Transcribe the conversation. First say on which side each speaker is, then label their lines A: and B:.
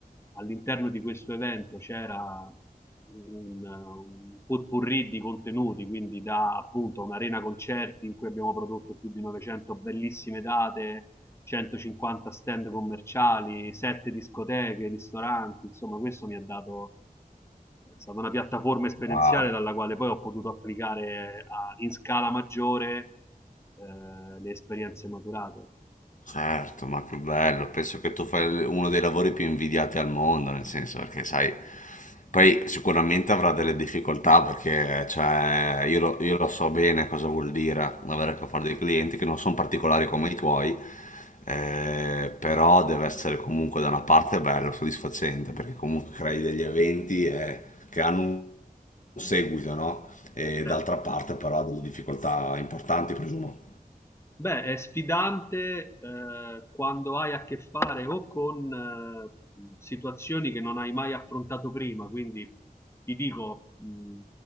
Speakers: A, on the left; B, on the left.
A: all'interno di questo evento c'era un, un potpourri di contenuti, quindi da appunto un'arena concerti in cui abbiamo prodotto più di 900 bellissime date, 150 stand commerciali, 7 discoteche, ristoranti, insomma questo mi ha dato è stata una piattaforma esperienziale
B: Wow.
A: dalla quale poi ho potuto applicare a- in scala maggiore eh, le esperienze maturate.
B: Certo, ma che bello, penso che tu fai il- uno dei lavori più invidiati al mondo, nel senso perché sai, poi sicuramente avrà delle difficoltà perché cioè, io, lo, io lo so bene cosa vuol dire avere a che fare dei clienti che non sono particolari come i tuoi, eh, però deve essere comunque da una parte bello, soddisfacente, perché comunque crei degli eventi eh, che hanno un seguito, no? E
A: Certo.
B: d'altra parte però ha delle difficoltà importanti, presumo.
A: Beh, è sfidante eh, quando hai a che fare o con eh, situazioni che non hai mai affrontato prima, quindi ti dico, mh,